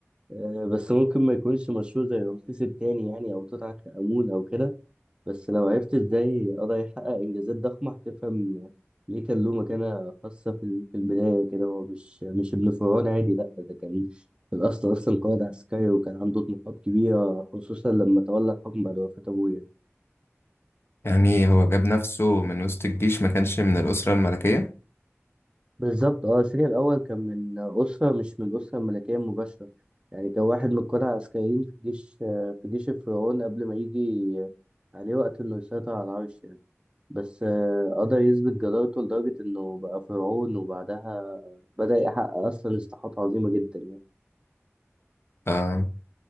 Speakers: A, on the right (about 20°); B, on the left (about 55°).
A: آه، بس ممكن ما يكونش مشهور زي رمسيس الثاني يعني او توت عنخ امون او كده بس لو عرفت ازاي قدر يحقق انجازات ضخمه هتفهم ليه كان له مكانه خاصه في ال- في البدايه كده هو مش مش ابن فرعون عادي لا ده كان في الاصل اصلا قائد عسكري وكان عنده طموحات كبيره خصوصا لما تولى الحكم بعد وفاه ابوه يعني.
B: يعني هو جاب نفسه من وسط الجيش ما كانش من الاسره الملكيه
A: بالظبط اه سيريا الأول كان من أسرة مش من الأسرة الملكية المباشرة يعني كان واحد من القادة العسكريين في جيش آه، في جيش الفرعون قبل ما يجي عليه وقت إنه يسيطر على العرش يعني بس آه، قدر يثبت جدارته لدرجة إنه بقى فرعون وبعدها بدأ يحقق أصلا إصلاحات عظيمة جدا يعني
B: آه،